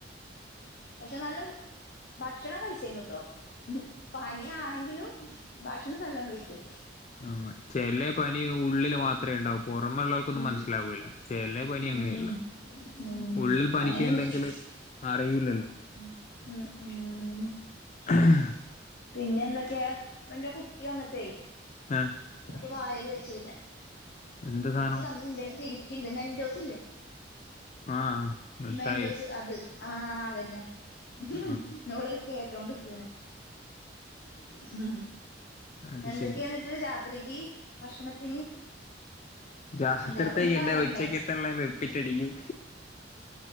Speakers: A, on the left; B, on the left.
A: പക്ഷെ നല്ല ഭക്ഷണം കഴിച്ചന്നട്ടോ പനിയാണെങ്കിലും ഭക്ഷണം സ്ഥല്ലം കഴിക്കൂ
B: ആഹ ചെല്ല പനി ഉള്ളില് മാത്രമേ ഉണ്ടാവൂ പുറമെുള്ളള്ളവർക്കൊന്നും
A: ഉം
B: മനസ്സിലാാവൂില്ല ചെല്ല പനി അങ്ങന
A: ഉം ഉം
B: ഉള്ളിൽ പനിക്കണ്ടെങ്കില്
A: അങ്ങനെ നിക്കി
B: അറിയല്ലല്ലോ
A: ഉം ഉ
B: ആ <unintelligible>
A: പിന്നെ എന്തൊക്കെയാ ഇപ്പ എന്റെ കുട്ടി വന്നിട്ടേ
B: ഏ
A: കു വായൽ വെച്ചില്ല
B: എന്താ
A: വെച്ച്
B: സാധനം
A: തന്ന് നിന്റെ അടുത്ത് ഇരിക്കണ്ട് മെന്റോസ് ഇല്ലേ
B: ആഹ മിഠായോ
A: മെൻഡോസ് അബൽ ആഹ അതന്നെ ഉ
B: ആ
A: നോള് കേട്ടോണ്ട രിക്കണ് ഉ
B: അത്
A: എന്തൊക്കെയെന്നിട്ട്
B: ശരി
A: അരികി ഭക്ഷണത്തിന്
B: ഗ്രാഹത്തിടുത്തേക്ക്
A: എന്തേലൊക്കെ ഒന്ന്
B: എൻന്റെ
A: പറയണ്ടേ
B: ഒച്ചക്ക് എത്ത വെപ്പിറ്റടിക്കും